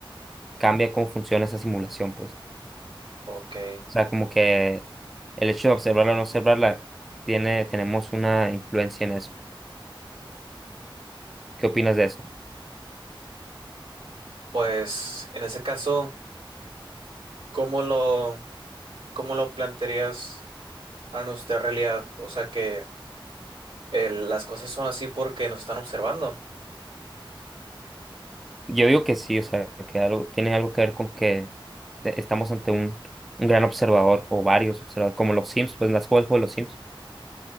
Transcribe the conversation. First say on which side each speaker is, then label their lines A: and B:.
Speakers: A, in the centre; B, on the right.
A: cambia cómo funciona esa simulación, pues.
B: Ok.
A: O sea, como que el hecho de observarla o no observarla, tiene, tenemos una influencia en eso. ¿Qué opinas de eso?
B: Pues en ese caso, ¿cómo lo, cómo lo plantearías a nuestra realidad? O sea que el- las cosas son así porque nos están observando.
A: Yo digo que sí, o sea, que algo, tiene algo que ver con que te- estamos ante un, un gran observador o varios observadores, como los Sims, pues las juego de los Sims.